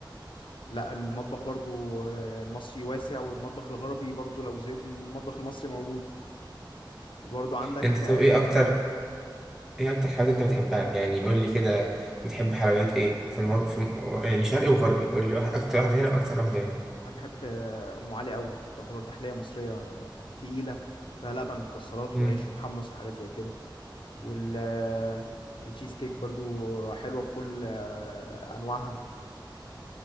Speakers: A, on the left; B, in the centre.
A: لا المطبخ برضو آه، المصري واسع والمطبخ الغربي برضو لو زهقت من المطبخ المصري موجود برضو عندك
B: انت
A: آه،
B: طب ايه اكتر ايه اكتر حاجات انت بتحبها يعني قول لي كده بتحب حلويات ايه في, المن... في الم... يعني شرقي وغربي قول لي واحد اكتر واحده هنا واكتر واحده هنا
A: انا بحب آه، ام علي قوي تعتبر تحليه مصريه تقيله فيها لبن ومكسرات
B: امم
A: وعيش ومحمص وحاجات زي كده وال آه، التشيز كيك برضو حلوه بكل آه، انواعها